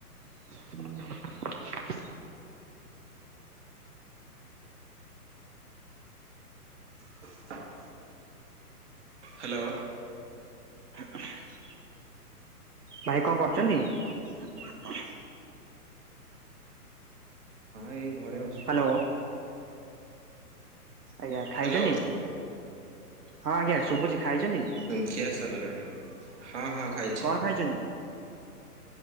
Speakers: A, on the right; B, on the right.
A: <unintelligible>
B: <unintelligible> ହାଲୋ।
A: <unintelligible> ଭାଇ କଣ କରୁଚନ୍ତି? <unintelligible>
B: ହଁ ଏଇ ଘରେ ବସି
A: ହାଲୋ। ଆଜ୍ଞା ଖାଇଚନ୍ତି,
B: ହ୍ୟାଲୋ
A: ହଁ ଆଜ୍ଞା ଶୁବୁଚି, ଖାଇଚନ୍ତି?
B: ଖି୍ଆ ସରିଲାଣି। ହଁ ହଁ। ଖାଇଛି।
A: କଣ ଖାଇଚନ୍ତି?